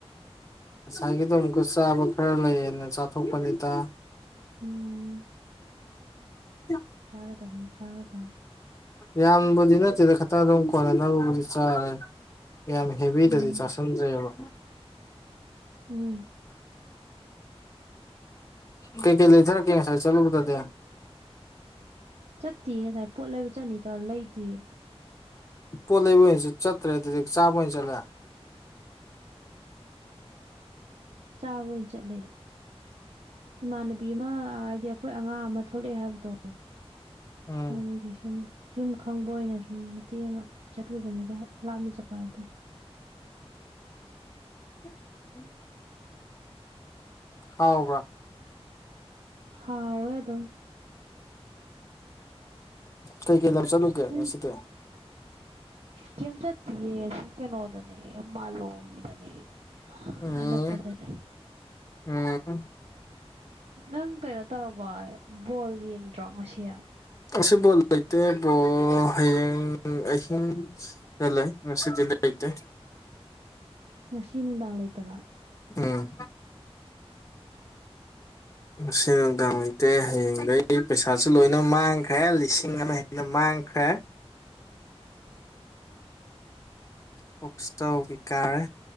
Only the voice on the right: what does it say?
ꯎꯝ
ꯆꯥꯒꯗꯕꯅꯤ ꯆꯥꯒꯗꯕꯅꯤ
ꯎꯝ
ꯎꯝ
ꯆꯠꯇꯤꯌ‌ꯦ ꯉꯁꯥꯏ ꯄꯣꯠ ꯂꯩꯕ ꯆꯠꯅꯤ ꯇꯧꯔ ꯂꯩꯗꯤꯌ‌ꯦ
ꯆꯥꯕ ꯑꯣꯏꯅ ꯆꯠꯂꯦ ꯏꯃꯥꯟꯅꯕꯤ ꯑꯃ ꯍꯥꯏꯗꯤ ꯑꯩꯈꯣꯏ ꯑꯉꯥꯡ ꯑꯃ ꯊꯣꯛꯂꯛꯑꯦ ꯍꯥꯏꯕꯗꯣ
ꯑꯗꯨꯒꯤ ꯁꯨꯝ ꯌꯨꯝ ꯈꯪꯕ ꯑꯣꯏꯅ ꯁꯨꯝ ꯃꯇꯦꯛ ꯑꯃ ꯆꯠꯂꯨꯕꯅꯤꯗ ꯂꯥꯞꯅ ꯆꯠꯄ‌ ꯅꯠ
ꯍꯥꯎꯌ‌ꯦ ꯑꯗꯨꯝ
ꯅꯣꯏ
ꯀꯩꯝ ꯆꯠꯇꯤꯌ‌ꯦ <inaudible> ꯀꯩꯅꯣꯗꯅꯦ ꯃꯥꯂ‌ꯣꯝꯗꯅ‌ꯦ
ꯑꯅꯛꯄꯗꯅꯦ
ꯅꯪ ꯀꯩꯅꯣ ꯇꯧꯔꯕ‌ꯣ ꯕꯣꯜ ꯌꯦꯡꯗ꯭ꯔꯣ ꯉꯁꯤ
ꯉꯁꯤ ꯅꯨꯡꯗꯥꯡ ꯂꯩꯇꯕ